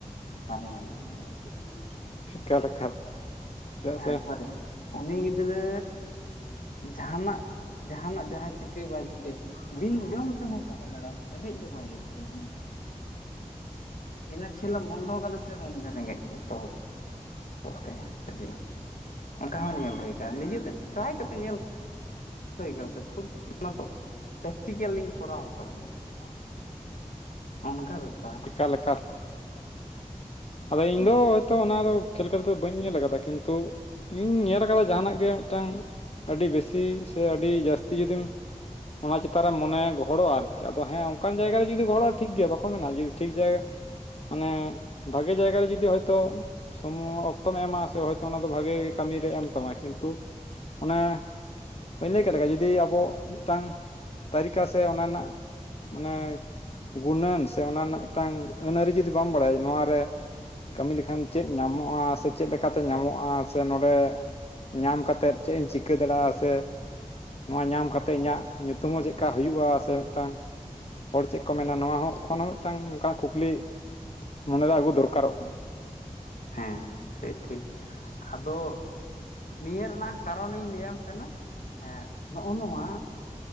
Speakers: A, on the left; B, on the left.
A: <unintelligible>
B: ᱮᱠᱟᱞ ᱮᱠᱟᱞ ᱪᱮᱫᱟᱜ
A: ᱦᱟᱨᱮ
B: ᱥᱮ
A: ᱯᱷᱟᱨᱮ ᱩᱱᱤ ᱜᱤᱫᱽᱨᱟᱹ ᱡᱟᱸᱦᱟᱱᱟᱜ ᱡᱟᱸᱦᱟᱱᱟᱜ ᱡᱟᱦᱟᱸ ᱪᱤᱠᱟᱹ ᱵᱟᱭ ᱪᱤᱠᱟᱹᱭ ᱵᱤᱱ ᱡᱚᱢ ᱛᱮᱦᱚᱸᱭ ᱛᱟᱦᱮᱸ ᱫᱟᱲᱮᱭᱟᱜᱼᱟ ᱨᱮᱸᱜᱮᱡ ᱜᱮ ᱵᱟᱭ ᱟᱹᱭᱠᱟᱹᱣᱟ᱾ ᱤᱱᱟᱹ ᱠᱷᱮᱹᱞᱮᱢ ᱵᱚᱱᱫᱚ ᱠᱟᱫᱟ ᱥᱮ ᱨᱮᱢ ᱨᱮᱸᱜᱮᱡ ᱮᱛᱚᱦᱚᱵ <unintelligible> ᱚᱱᱠᱟ ᱦᱚᱸ ᱧᱮᱞ ᱦᱩᱭ ᱟᱠᱟᱱᱟ ᱱᱤᱡᱮᱛᱮ ᱴᱨᱟᱭ ᱠᱟᱛᱮ ᱧᱮᱞ ᱦᱩᱭ ᱟᱠᱟᱱᱟ ᱥᱮ ᱠᱷᱩᱫ ᱚᱱᱟᱫᱚ ᱯᱨᱮᱠᱴᱤᱠᱮᱞᱤᱧ ᱠᱚᱨᱟᱣ ᱟᱠᱟᱫᱟ ᱤᱧᱫᱚ᱾
B: ᱠᱷᱚᱡ
A: ᱚᱱᱠᱟ ᱵᱮᱯᱟᱨ
B: ᱮᱠᱟᱞ ᱮᱠᱟᱞ, ᱟᱫᱚ ᱤᱧ
A: ᱡᱮᱦᱮᱛᱩ
B: ᱫᱚ ᱛᱚ ᱚᱱᱟ ᱫᱚ ᱠᱷᱮᱹᱞ ᱠᱟᱛᱮ ᱫᱚ ᱵᱟᱹᱧ ᱧᱮᱞ ᱠᱟᱫᱟ ᱠᱤᱱᱛᱩ ᱤᱧ ᱧᱮᱞ ᱠᱟᱫᱟ ᱡᱟᱸᱦᱟᱱᱟᱜ ᱜᱮ ᱢᱤᱫᱴᱟᱝ ᱟᱹᱰᱤ ᱵᱮᱥᱤ ᱥᱮ ᱟᱹᱰᱤ ᱡᱟᱹᱥᱛᱤ ᱡᱩᱫᱤᱢ ᱚᱱᱟ ᱪᱮᱛᱟᱱ ᱨᱮ ᱢᱚᱱᱮ ᱜᱚᱦᱚᱲᱚᱜᱼᱟ ᱟᱨᱠᱤ ᱟᱫᱚ ᱦᱮᱸ ᱚᱱᱠᱟᱱ ᱡᱟᱭᱜᱟ ᱨᱮ ᱡᱩᱫᱤ ᱜᱚᱦᱚᱜᱼᱟ ᱴᱷᱤᱠ ᱜᱮᱭᱟ ᱵᱟᱠᱚ ᱢᱮᱱᱟ ᱡᱩᱫᱤ ᱴᱷᱤᱠ ᱡᱟᱭᱜᱟ, ᱢᱟᱱᱮ ᱵᱷᱟᱜᱮ ᱡᱟᱭᱜᱟ ᱨᱮ ᱡᱩᱫᱤ ᱦᱳᱭᱛᱚ᱾ ᱥᱚᱢᱚᱭ ᱚᱠᱛᱚᱢ ᱮᱢᱟ ᱥᱮ, ᱦᱚᱭᱛᱳ ᱚᱱᱟ ᱫᱚ ᱵᱷᱟᱜᱮ ᱜᱮ ᱠᱟᱹᱢᱤᱨᱮ ᱮᱢ ᱛᱟᱢᱟ ᱠᱤᱱᱛᱩ᱾ ᱚᱱᱮ ᱵᱟᱹᱧ ᱞᱟᱹᱭ ᱠᱮᱫ ᱞᱮᱠᱟ ᱡᱩᱫᱤ ᱟᱵᱚ ᱢᱤᱫᱴᱟᱝ᱾ ᱛᱟᱹᱨᱤᱠᱟ ᱥᱮ ᱚᱱᱟ ᱨᱮᱱᱟᱜ ᱢᱟᱱᱮ ᱜᱩᱱᱟᱹᱱ ᱥᱮ ᱚᱱᱟ ᱨᱮᱱᱟᱜ ᱢᱤᱫᱴᱟᱝ ᱟᱹᱱ ᱟᱹᱨᱤ ᱡᱩᱫᱤ ᱵᱟᱢ ᱵᱟᱰᱟᱭᱼᱟ᱾ ᱱᱚᱣᱟᱨᱮ ᱠᱟᱹᱢᱤ ᱞᱮᱠᱷᱟᱱ ᱪᱮᱫ ᱧᱟᱢᱚᱜᱼᱟ, ᱥᱮ ᱪᱮᱫ ᱞᱮᱠᱟᱛᱮ ᱧᱟᱢᱚᱜᱼᱟ, ᱥᱮ ᱱᱚᱰᱮ ᱧᱟᱢ ᱠᱟᱛᱮᱫ ᱪᱮᱫ ᱤᱧ ᱪᱤᱠᱟᱹ ᱫᱟᱲᱮᱭᱟᱜᱼᱟ᱾ ᱥᱮ ᱱᱚᱣᱟ ᱧᱟᱢ ᱠᱟᱛᱮ ᱤᱧᱟᱜ ᱧᱩᱛᱩᱢ ᱦᱚᱸ ᱪᱮᱫᱠᱟ ᱦᱩᱭᱩᱜᱼᱟ᱾ ᱥᱮ ᱢᱤᱫᱴᱟᱝ ᱦᱚᱲ ᱪᱮᱫ ᱠᱚ ᱢᱮᱱᱟ ᱱᱚᱣᱟ ᱦᱚᱸ ᱠᱷᱚᱱ ᱦᱚᱸ ᱢᱤᱫᱴᱟᱝ ᱚᱱᱠᱟ ᱠᱩᱠᱞᱤ ᱢᱚᱱᱮᱨᱮ ᱟᱹᱜᱩ ᱫᱚᱨᱠᱟᱨᱚᱜ ᱠᱟᱱᱟ ᱾
A: ᱦᱮᱸ ᱴᱷᱤᱠ ᱴᱷᱤᱠ ᱟᱫᱚ ᱱᱤᱭᱟᱹ ᱨᱮᱱᱟᱜ ᱠᱟᱨᱚᱱᱤᱧ ᱞᱟᱹᱭᱟᱢ ᱠᱟᱱᱟ᱾ ᱮᱸᱜ ᱱᱚᱜᱼᱚ ᱱᱚᱣᱟ